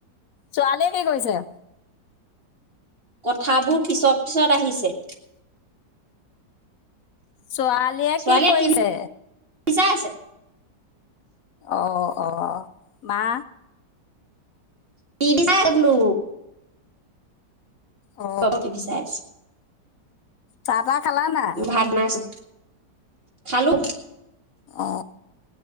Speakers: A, on the left (about 60°); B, on the right (about 35°).
A: ছোৱালীয়ে কি কৰিছে
B: কথাবোৰ পিছত পিছত আহিছে
A: ছোৱালীয়ে
B: ছোৱালীয়ে
A: কি কৰিছে
B: টিভি চাই আছে
A: অ অ মা
B: টিভি চাই বোলো
A: অ
B: যাবত বিচাই আছ
A: তাৰপা খালানা
B: ভাত বনাইছো খালো
A: অ